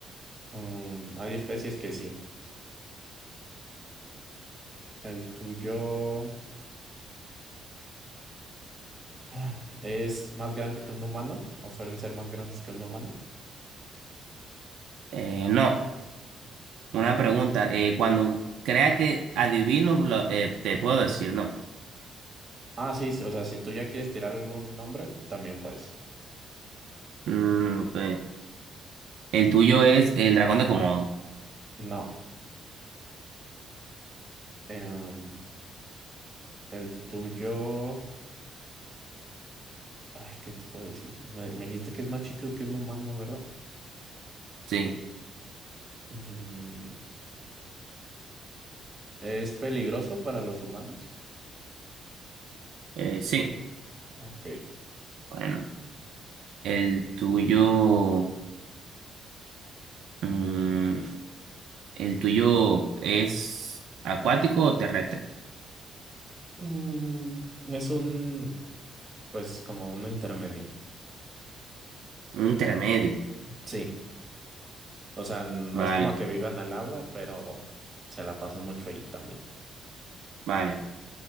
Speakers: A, on the right; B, on the right.
A: Mm, hay especies que sí. ¿El tuyo <sighs> es más grande que un humano? ¿O suelen ser más grandes que un humano?
B: Eh, no. Una pregunta. eh, cuando crea que adivino, lo- eh, te puedo decir no.
A: Ah, sí, sí, o sea, si tú ya quieres tirar algún nombre, también puedes.
B: Mm, ok. El tuyo es el dragón de Komodo.
A: No. Em, el tuyo... Ay, ¿qué te puedo decir? Me, me dijiste que es más chico que un humano, ¿verdad?
B: Sí.
A: Mm, ¿es peligroso para los humanos?
B: Eh, sí.
A: Ok.
B: Bueno. El tuyo. mm, ¿El tuyo es acuático o terrestre?
A: Mm, Es un, pues como un intermedio.
B: Un intermedio.
A: Sí, o sea, no
B: Vale,
A: es como que vivan al agua, pero se la pasan mucho ahí también.
B: vale.